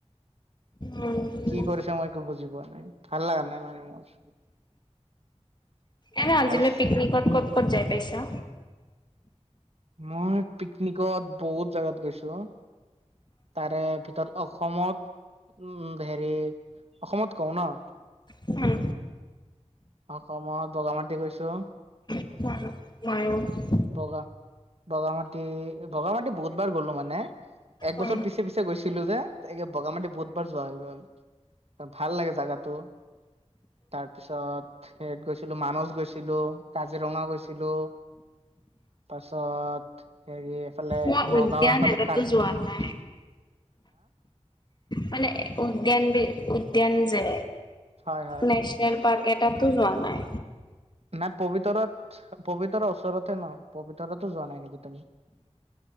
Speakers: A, on the left; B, on the right.
A: উম
B: কি কৰিছে মই একো বুজি পোৱা নাই ভাল লাগা নাই মানে মোৰ
A: এনে আজিলৈ
B: আৰু
A: পিকনিকত ক'ত ক'ত যাই পাইছা
B: মই পিকনিকত বহুত জাগাত গৈছো তাৰে ভিতৰত অসমত উম হেৰি অসমত কওঁ না।
A: উম।
B: অসমত বগা মাটি গৈছোঁ।
A: <inaudible>
B: বগা বগামাটি বগামাটি বহুতবাৰ গ'লো মানে। এক
A: উম
B: বছৰ পিছে পিছে গৈছিলো যে এইকে বগা মাটি বহুতবাৰ যোৱা হৈ গ'ল। ভাল লাগে জাগাটো। তাৰ পিছত সেয়াত গৈছিলো মানস গৈছিলোঁ কাজিৰঙা গৈছিলোঁ। পাছত হেৰি এইফালে
A: মই
B: নগাঁওৰ
A: উদ্যান
B: ফালে
A: এটাতো
B: কাৰবি
A: যোৱা নাই মানে উদ্যান বি উদ্যান যে
B: হয় হয়
A: নেচনেল পাৰ্ক এটাতো যোৱা নাই।
B: নাই পবিতৰাত পবিতৰাৰ ওচৰতে ন পবিতৰাতো যোৱা নাই নেকি তুমি?